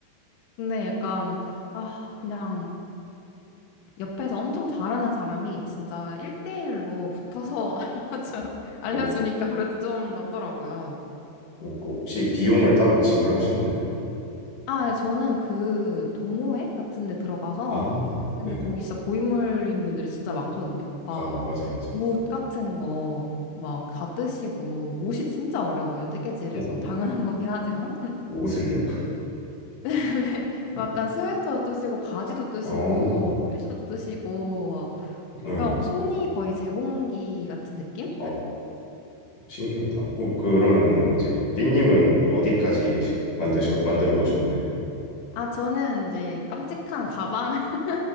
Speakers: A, on the left; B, on the left.
A: 근데 약간 아 그냥 옆에서 엄청 잘하는 사람이 진짜 1대1로 붙어서 <laughs> 알려줘 알려주니까
B: 어,
A: 그래도 좀 낫더라고요.
B: 어, 그 혹시 비용을 따로 지불하셨나요?
A: 아, 예, 저는 그 동호회 같은 데 들어가서
B: 아, 네.
A: 근데 거기 진짜 고인물인 분들이 진짜 많거든요.
B: 아,
A: 막
B: 맞아요, 맞아요.
A: 옷 같은 거 막 다 뜨시고 옷이 진짜 어려워요. 뜨개질에서
B: 어, 옷-
A: 당연한 <laughs> 거긴 하지만
B: 옷을요?
A: <laughs>
B: <laughs>
A: 약간 스웨터도 뜨시고 바지도 뜨시고
B: 어,
A: 원피스도 뜨시고 막
B: 네.
A: 그냥 손이 거의 재봉기 같은 느낌?
B: 어, 신기하다. 어, 그러면은 이제 삐님은 어디까지 <laughs> 만드셔 만들어 보셨나요?
A: 아 저는 이제 깜찍한 가방 <laughs>